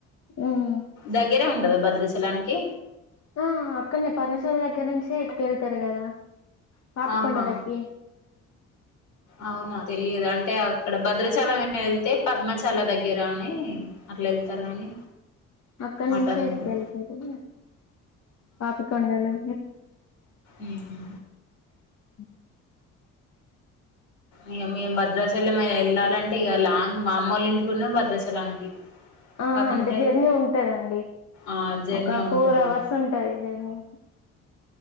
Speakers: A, on the left; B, on the left.
A: ఉమ్.
B: దగ్గరే ఉంటంద భద్రచలానికి
A: ఆ అక్కడనే పర్ణశాల దగ్గర నుంచే ఎత్తుకెళ్తరు కదా పాప
B: ఆహా
A: కొండలెక్కి
B: అవునా తెలియదు అంటే అక్కడ భద్రాచలం వెళ్తే పద్మశాల దగ్గర అని అట్ల ఎళ్తారు కానీ
A: అక్కడి
B: అటు
A: నుంచే
B: అందులో
A: ఎక్కేళ్తారు పాపి కొండలు
B: ఉహ
A: <inaudible>
B: ఇగ మేం భద్రాచలం వెళ్ళాలంటే ఇక లాంగ్ మా అమ్మ వాళ్ళ ఇంటికిన్న భద్రాచలానికి
A: ఆ
B: కాకుంటే
A: అంటే జర్నీ ఉంటదండి
B: ఆ జర్నీ
A: ఒక
B: ఉంటది
A: ఫోర్ అవర్స్ ఉంటది జర్నీ